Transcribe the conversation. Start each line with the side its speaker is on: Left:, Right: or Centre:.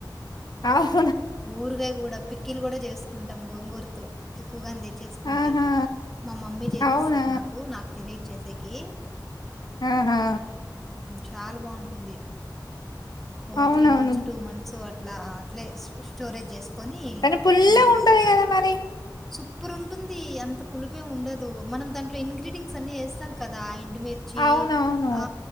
Left: ఆవ్
Centre: ఊరుగాయ కూడా పిక్కిీలు కూడా చేసుకుంటాం గోంగూరుతో ఎక్కువగాని తెచ్చేసుకుంటే
Left: ఆహా
Centre: మా మమ్మీ చేసిస్తారు
Left: అవునా
Centre: నాకు నాకు తెలియచ్చేసేకి
Left: ఆహా
Centre: చాలా బాగుంటుంది ఓ
Left: అవునవును
Centre: త్రీ మంత్స్ టూ మంత్స్ అట్ లా అట్లే స్టోరేజ్ చేసుకొని
Left: కానీ పుల్లగా
Centre: వేడివి
Left: ఉంటది కదా మరి
Centre: సూపర్ ఉంటుంది అంత పులిపేమి ఉండదు మనం దాంట్లో ఇంగ్రెడియంట్స్ అన్ని వేస్తాం కదా ఆ మిర్చి
Left: అవునవును
Centre: ఆ